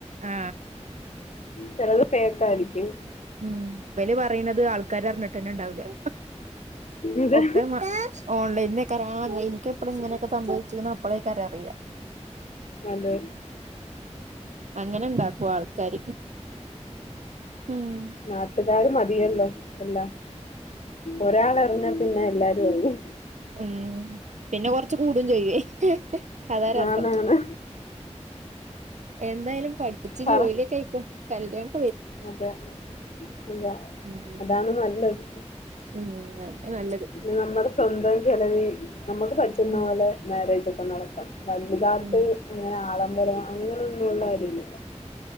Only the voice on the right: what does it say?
ആ
ഉം ഇവല് പറയ്ണത് ആൾക്കാര് അറിഞ്ഞിട്ട് തന്നെ ഉണ്ടാവ് ല്ല
ഒക്കെ മ ഓൺലൈൻ ആക്കാര ആ എനിക്ക് എപ്പ അപ്പോള ഇങ്ങനെക്കെ സംഭവിച്ച്ന്ന് അപ്പോളൊക്കാരം അറിയ
അങ്ങനെ ഉണ്ടാക്കും ആൾക്കാര് ഉം
ഉം പിന്നെ കൊറച്ച് കൂടുംചെയ്യുവെ അതാരസം
എന്തായാലും പഠിച്ചു
ജോലിയൊക്കെയിക്ക കല്യാണം
ഉം
ഉം അതന്നെ നല്ലത്
ഉം
ഉം